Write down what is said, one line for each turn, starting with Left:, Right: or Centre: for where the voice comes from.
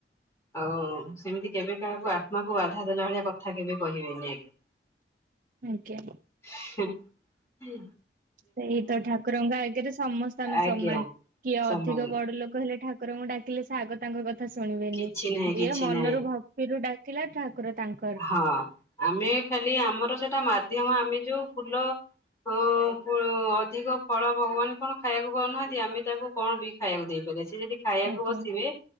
Left: ଆଉ ସେମିତି କେବେ କାହାକୁ ଆତ୍ମାକୁ ବାଧା ଦେଲା ଭଳିଆ କଥା କେବେ କହିବେନି ଆଜ୍ଞା। <inaudible>
Right: ଆଜ୍ଞା।
Left: ହୁ। ହୁଁ।
Right: ସେଇତ ଠାକୁରଙ୍କ ଆଗରେ ସମସ୍ତେ ଆମେ
Left: ଆଜ୍ଞା
Right: ସମାନ କିଏ ଅଧିକ
Left: ସମାନ
Right: ବଡ଼ ଲୋକ ହେଲେ ଠାକୁ ଠାକୁରଙ୍କୁ ଡାକିଲେ ସେଆଗ ତାଙ୍କ କଥା ଶୁଣିବେନି
Left: କିଛି ନାହିଁ
Right: ଯିଏ
Left: କିଛି
Right: ମନରୁ
Left: ନାହିଁ
Right: ଭକ୍ତିରୁ ଡାକିଲା ଠାକୁର ତାଙ୍କ
Left: ହଁ ଆମେ ଖାଲି ଆମର ସେଇଟା ମାଧ୍ୟମ ଆମେ ଯୋଉ ଫୁଲ ହ ଫୁ ଅଧିକ ଫଳ ଭଗବାନ କଣ୍ ଖାଇବାକୁ ପାଉନାହାନ୍ତି ଆମେ ତାଙ୍କୁ କଣବି ଖାଇବାକୁ ଦେଇପାରିବ ସେ ଯଦି ଖାଇବାକୁ
Right: ଆଜ୍ଞା
Left: ବସିବେ